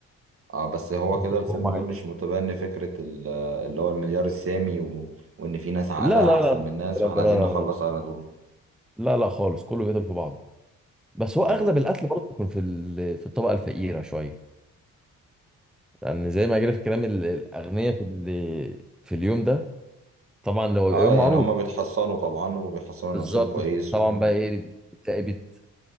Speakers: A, on the right; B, in the centre.
A: اه بس هو
B: وكنت
A: كده الفيلم
B: هم عايزين
A: ده مش متبني فكرة ال- اللي هو المليار السامي و... وان في ناس عقلها
B: لا لا
A: احسن
B: لا
A: من الناس
B: الكلام
A: فاحنا
B: ده
A: عايزين
B: لا
A: نخلص
B: لا لا لا
A: على دول
B: لا لا خالص كله بيقتل في بعضه بس هو
A: حلو
B: اغلب القتل برضه بيكون في ال- في الطبقه الفقيره شويه لان زي ما جرى في الكلام ال- الاغنياء في ال- في اليوم ده طبعا لو
A: اه
B: بيبقى يوم
A: يعني
B: معروف
A: هما بيتحصنوا طبعا وبيحصنوا نفسهم
B: بالظبط
A: كويس
B: طبعا
A: و...
B: بقى ايه بتلاقي بيت